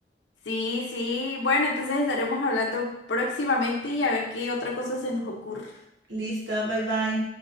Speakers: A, on the left; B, on the right.
A: Sí, sí. Bueno, entonces estaremos hablando próximamente y a ver qué otra cosa se nos ocurre.
B: Listo, bye bye.